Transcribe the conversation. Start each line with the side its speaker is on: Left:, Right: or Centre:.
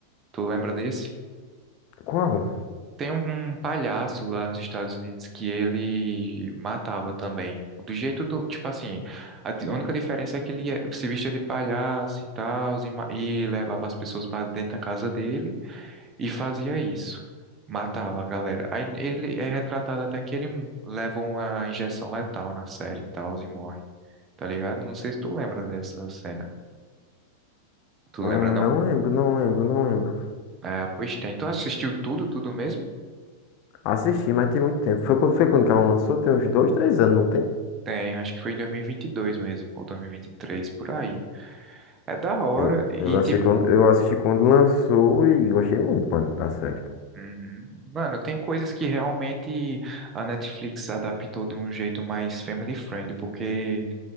Right: Tu lembra desse?
Left: Qual?
Right: Tem um um palhaço lá nos Estados Unidos que ele matava também. Do jeito do, tipo assim, a di- única diferença é que ele ia- se vestia de palhaço e tal, e, ma- e levava as pessoas para dentro da casa dele e fazia isso. Matava a galera. Aí ele é retratado até que ele leva uma injeção letal na série e tal, e morre. Tá ligado? Não sei se tu lembra dessa cena. Tu lembra,
Left: Hum,
Right: não?
Left: Não lembro, não lembro, não lembro.
Right: É, pois tem. Tu assistiu tudo, tudo mesmo?
Left: Assisti, mas tem muito tempo. Foi quando, foi quando que ela lançou? Tem uns dois, três anos, não tem?
Right: Tem, acho que foi em 2022 mesmo, ou 2023, por aí. É da hora.
Left: Eu,
Right: E,
Left: eu, lancei
Right: tipo,
Left: quando, eu assisti quando lançou e gostei muito, mano, da série.
Right: uhum. Mano, tem coisas que realmente a Netflix adaptou de um jeito mais family friendly, porque